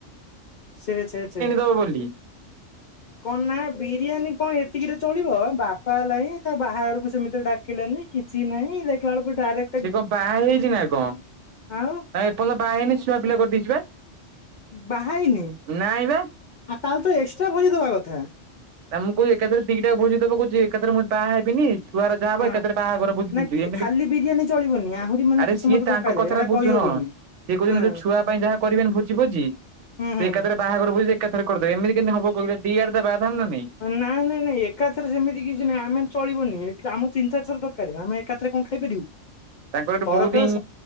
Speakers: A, on the left; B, on the right.
A: ସେ ଛେ ଛେ।
B: ଦବ ବୋଲି
A: କନ୍ ନାଁ ବିରିୟାନୀ କନ୍ ଏତିକିରେ ଚଳିବ ଆ ବାପା ଏଲାଇଁ ତା ବାହାଘର କୁ ସେମିତିରେ ଡାକିଲେନି କି ଚି ନେଇ ଦେକିଲା ବେଳକୁ ଡାଏରେକ୍ଟ୍
B: ସେ କଅଁ ବାଆ ହେଇଛି ନାଁ କଁ ନାଁ
A: ଆଉ
B: ଏପର୍ଯ୍ୟନ୍ତ ବାଆ ହେଇନି ଛୁଅପିଲା କର୍ଦେଇଛି ବା।
A: ବାହାଇନି?
B: ନାଁଇ ବା।
A: ଆ ତାଏଲେ ତ ଏଷ୍ଟ୍ରା ଭୋଜି ଦବା କଥା।
B: ନା ମୁଁ କୁଏ ଏକାଥରେ ଦିଟା ଭୁଜି ଦେବ କୁଛି ଏକାଥରେ ମୁଁ ବାଆ ହେବିନି। ତୁଆର ଯାଆ ହବ
A: ହଁ
B: ଏକାଥରେ ପାହାଘର ଭୁଜି
A: ନା
B: ଦୁଥିବି ଏମିତି
A: ଖାଲି ବିରିୟାନୀ ଚଳିବନି ଆହୁରି ମାନେ
B: ଆରେ
A: କିଛି
B: ସିଏ
A: ମତେ
B: ତାଙ୍କ
A: ଦରକାର
B: କଥାଟା
A: ସେଇଟା
B: ବୁଜୁନ।
A: କହିହବନି
B: ସିଏ କଉଚନ୍ତି
A: ହଁ
B: ଯୋଉ ଛୁଆ ପାଇଁ ଯାହା କରିବେନି ଭୋଜି ଫୋଜି
A: ହୁଁ
B: ସେ
A: ହୁଁ
B: ଏକାଥରେ ବାହାଘର ଭୋଜି ଏକାଥରେ କରଦେବେ ଏମିତି କେମତି ହବ କଉରା ଦି ଆଡ଼େ ବାଆଥାନ୍ତା ନାଁ ନାଇଁ।
A: ନାଁ ନାଇଁ ନାଇଁ ଏକାଥରେ ସେମିତି କିଛି ନାଇଁ ଆମେ ଚଳିବନି ଏକ୍ ଆମଉ ଚୀନ୍ ଚାଏର୍ ଥର ଦରକାରେ ଆମେ ଏକାଥରେ କଁ ଖାଇପାରିବୁ।
B: ତାଙ୍କର ଏଠୁ
A: ଥରକରେ
B: ବହୁତ୍ ଇଁ